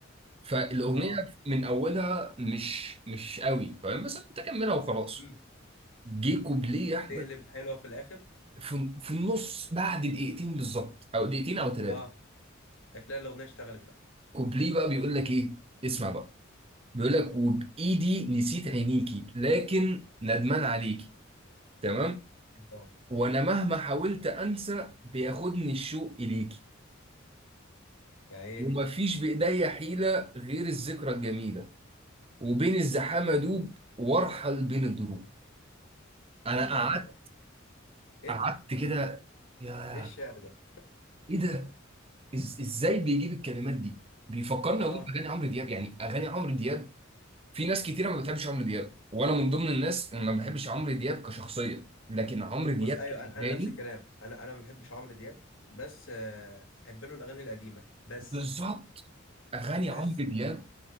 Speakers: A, on the right (about 30°); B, on the left (about 75°).
A: فالاغنيه
B: اه
A: من اولها مش مش قوي فاهم بس انا كنت اكملها وخلاص
B: امم
A: جه كوبليه يا احمد
B: تقلب حلوه في الاخر
A: في, في النص بعد دقيقتين بالظبط او دقيقتين او ثلاثه
B: اه هتلاقي الاغنيه اشتغلت بقى
A: كوبليه بقى بيقول لك ايه اسمع بقى بيقول لك وبايدي نسيت عينيكي لكن ندمان عليكي تمام
B: الله
A: وانا مهما حاولت انسى بياخدني الشوق اليكي
B: يا عيني
A: ومفيش بايديا حيله غير الذكرى الجميله وبين الزحام ادوب وارحل بين الدروب انا
B: الله الله
A: قعدت
B: الله ايه
A: قعدت
B: ده
A: كده يا
B: ايه الشعر ده
A: ايه ده إز... ازاي بيجيب الكلمات دي بيفكرني
B: اه
A: والله باغاني عمرو دياب يعني اغاني عمرو دياب في ناس كتيره ما بتحبش عمرو دياب وانا من ضمن الناس اللي ما بحبش عمرو دياب كشخصيه لكن عمرو دياب
B: بص ايوه
A: كأغاني
B: انا أنا نفس الكلام انا انا ما بحبش عمرو دياب بس آه، احب له الاغاني القديمه بس
A: بالظبط اغاني عمرو
B: بس
A: دياب